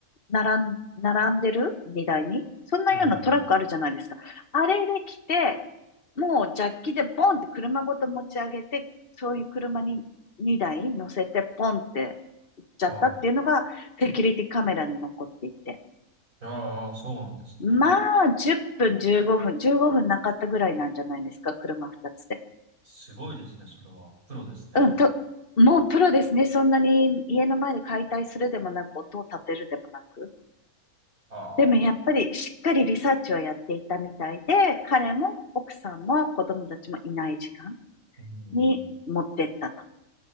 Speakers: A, on the left; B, on the right.
A: 並ん、並んでる荷台に。そんなようなトラックあるじゃないですか。
B: うん、うん。
A: あれで来て、もうジャッキでボンって車ごと持ち上げて、そういう車に2台乗せてポンって行っちゃったっていうのがセキュリティカメラに残っていて。
B: はい。いやー、そうなんですね。
A: まあ、10分、15分、15分なかったぐらいなんじゃないですか、車2つで。
B: すごいですね、それは。プロですね。
A: うん、と、もうプロですね。そんなに家の前で解体するでもなく、音を立てるでもなく。
B: ああ。
A: でもやっぱりしっかりリサーチをやっていたみたいで、彼も奥さんも子供たちもいない時間
B: うんうん
A: に持ってったと。